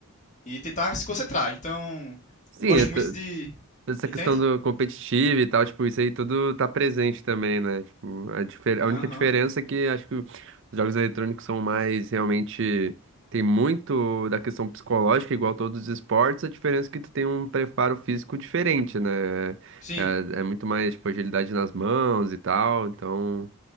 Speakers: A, on the left; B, on the right.
A: e tentar se concentrar. Então,
B: Sim,
A: eu gosto
B: é to-
A: muito de.
B: essa
A: Entende?
B: questão do competitivo e tal, tipo, isso aí tudo tá presente também, né? Tipo, a, difer-
A: Aham.
B: a única diferença é que acho que os jogos eletrônicos são mais realmente. Tem muito da questão psicológica, igual todos os esportes, a diferença é que tu tem um preparo físico diferente, né?
A: Sim.
B: É, é muito mais, tipo, agilidade nas mãos e tal, então.